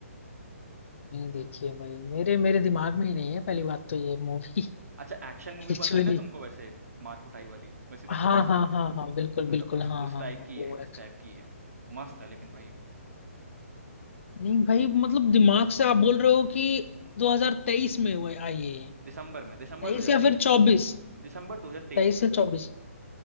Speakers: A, on the left (about 55°); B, on the right (about 85°).
A: नहीं देखी है भाई मेरे मेरे दिमाग में ही नहीं है पहली बात तो ये मूवी
B: अच्छा एक्शन मूवी
A: एक्चुअली
B: पसंद है तुमको वैसे मार कुटाई वाली वैसी पसंद
A: <laughs> हाँ
B: है मूवी
A: हाँ हाँ हाँ बिल्कुल
B: हाँ
A: बिल्कुल
B: तो उस
A: हाँ
B: उस
A: हाँ
B: टाइप
A: हाँ
B: की
A: वो
B: है उस
A: एक्च-
B: टाइप की है मस्त है लेकिन भाई
A: नहीं भाई मतलब दिमाग से आप बोल रहे हो कि 2023 में हुआ आई है ये
B: दिसंबर में दिसंबर
A: तेईस
B: 2023
A: या फिर
B: में
A: चौबीस
B: दिसंबर 2023
A: तेईस
B: में
A: या चौबीस